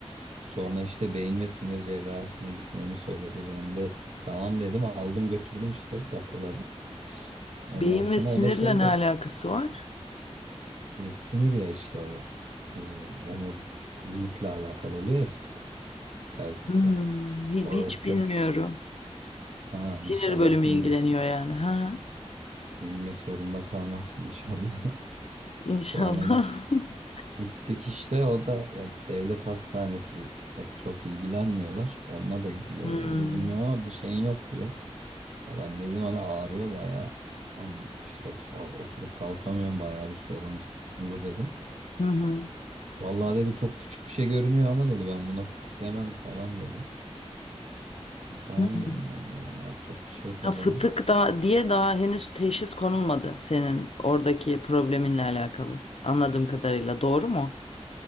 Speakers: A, on the right; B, on the left.
A: Sonra işte beyin ve sinir cerrahisine gitmemi söyledi. Ben de tamam dedim aldım götürdüm işte dataları. Ondan
B: Beyin
A: sonra
B: ve sinirle
A: o da şey
B: ne
A: de
B: alakası var?
A: e, sinir ya işte o e, omurilikle alakalı oluyor ya fıtık, bel fıtığı.
B: Hmm, hi-
A: Orası
B: hiç bilmiyorum.
A: da s- ha,
B: Sinir
A: inşallah
B: bölümü
A: bilmek
B: ilgileniyor
A: zorunda,
B: yani. Ha.
A: bilmek zorunda kalmazsın inşallah. <laughs>
B: İnşallah.
A: Sonra git,
B: <laughs>
A: gittik işte o da ya devlet hastanesi e, çok ilgilenmiyorlar. Onunla da ilgili
B: Hmm.
A: olabilir bilmiyorum ama bir şeyin yok diyor. Ya ben dedim hani ağrıyor bayağı. Am- işte a- oturup kalkamıyorum bayağı bir sorunlu dedim.
B: Hı hı.
A: Vallahi dedi çok küçük bir şey görünüyor ama dedi ben buna fıtık demem falan dedi. E, tamam
B: Hı.
A: dedim ben de yani yapacak bir şey yok
B: Ya
A: o
B: fıtık
A: zaman.
B: da diye daha henüz teşhis konulmadı senin oradaki probleminle alakalı. Anladığım kadarıyla doğru mu?